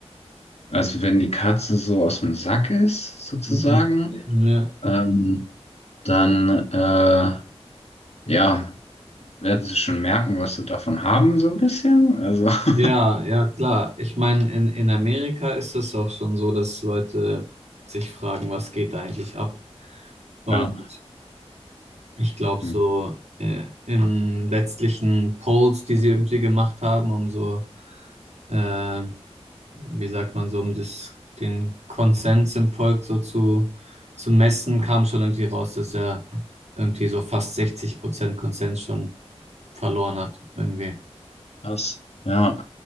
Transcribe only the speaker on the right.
Mhm. mhm. ja,
ja, ja, klar. Ich meine, in, in Amerika ist es auch schon so, dass Leute sich fragen, was geht da eigentlich ab? Und
ich glaube, so
äh, in letztlichen Polls, die sie irgendwie gemacht haben, um so äh, wie sagt man so, um das, den Konsens im Volk so zu, zu messen, kam schon irgendwie raus, dass er irgendwie so fast 60 Prozent Konsens schon verloren hat, irgendwie.